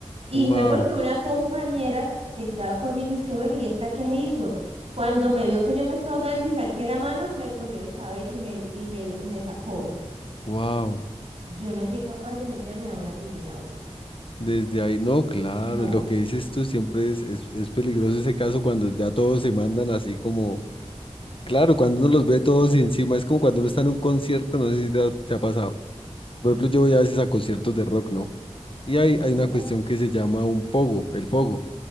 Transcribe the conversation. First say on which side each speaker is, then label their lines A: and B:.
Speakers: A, on the right; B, on the left.
A: Y
B: Wow,
A: fue porque una compañera que estaba conmigo, y es que bueno, ¿y esta qué se hizo? Cuando me vio que yo me estaba ahogando y saqué la mano, me cogió el cabello y me, y me, y me sacó.
B: wow.
A: Yo no soy capaz de meterme a una piscina de olas.
B: Desde ahí, no, claro,
A: No.
B: lo que dices tú siempre es, es, es peligroso ese caso cuando ya todos se mandan así como, claro, cuando uno los ve todos encima, es como cuando uno está en un concierto, no sé si te ha, te ha pasado. Por ejemplo, yo voy a veces a conciertos de rock, ¿no? Y hay,
A: Sí.
B: hay una cuestión que se llama un pogo, el fogo,